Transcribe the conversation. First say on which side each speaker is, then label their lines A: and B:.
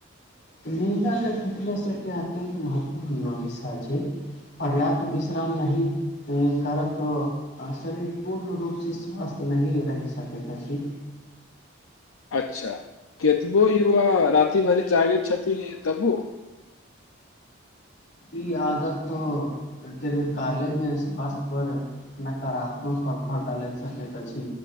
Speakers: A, on the left; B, on the left.
A: निन्दक फिटनेस के अत्यन्त महत्वपूर्ण हिस्सा छै पर्याप्त विश्राम नहि करब तऽ शरीर पूर्ण रूपसँ स्वस्थ नहिए रहि सकैत अछि
B: अच्छा केतबो युवा राति भरि जागे छथिन तबो
A: ई आदत तऽ दीर्घकालेमे स्वास्थ्यपर नकारात्मक प्रभाव डालैत सकैत अछि